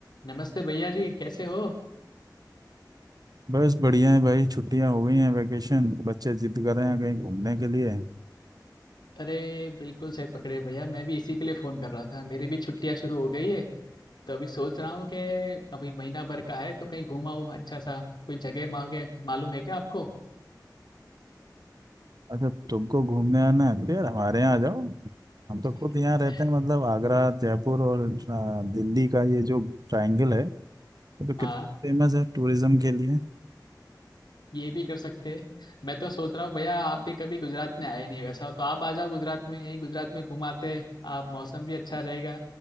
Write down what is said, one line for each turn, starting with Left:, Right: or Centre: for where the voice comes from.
Left: नमस्ते भैया जी कैसे हो
Right: बस बढ़िया है भाई छुट्टियां हो गई हैं वेकेशन बच्चे जिद कर रहे हैं कहीं घूमने के लिए
Left: अरे बिल्कुल सही पकड़े भैया मैं भी इसी के लिए फोन कर रहा था मेरी भी छुट्टियां शुरू हो गई है तो अभी सोच रहा हूँ कि अभी महीना भर का है तो कहीं घूम आऊँ अच्छा सा कोई जगह मांगे मालूम है क्या आपको
Right: अच्छा तुमको घूमने आना है तो यार हमारे यहाँ आ जाओ हम
Left: <laughs>
Right: तो खुद यहाँ रहते हैं मतलब आगरा जयपुर और आ, दिल्ली का ये जो ट्रायंगल है ये तो कितना
Left: हाँ
Right: फेमस है टूरिज्म के लिए
Left: ये भी कर सकते हैं। मैं तो सोच रहा हूँ भैया आप भी कभी गुजरात में आए नहीं वैसा हो तो आप आ जाओ गुजरात में यही गुजरात में घुमाते हैं। आप मौसम भी अच्छा रहेगा